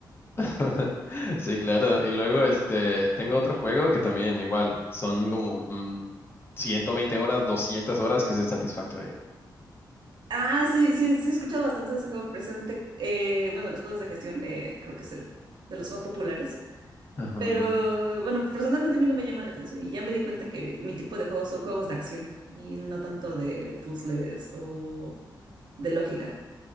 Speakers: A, on the left (about 30°); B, on the right (about 70°).
A: <laughs> Sí, claro. Y luego, este, tengo otro juego que también igual, son como mm, 120 horas, 200 horas, que es el Satisfactory.
B: ah sí, sí, sí, he escuchado bastante de ese juego. Precisamente, eh, bueno, los juegos de gestión eh, creo que es el de los más populares.
A: Ajá.
B: Pero bueno, personalmente a mí no me llama la atención. Y ya me di cuenta que mi tipo de juegos son juegos de acción y no tanto de puzzles o de lógica.